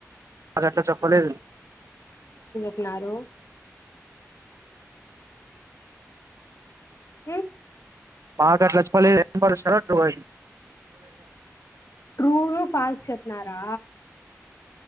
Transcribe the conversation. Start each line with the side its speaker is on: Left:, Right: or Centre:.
Right: వాళ్ళు అట్లా చెప్పలేదు లే
Left: న్నారు హ
Right: నాకు అట్లా రెస్పాండ్ <unintelligible> అట్లా పొయింది
Left: ట్రూను ఫాల్స్ చెప్పినారా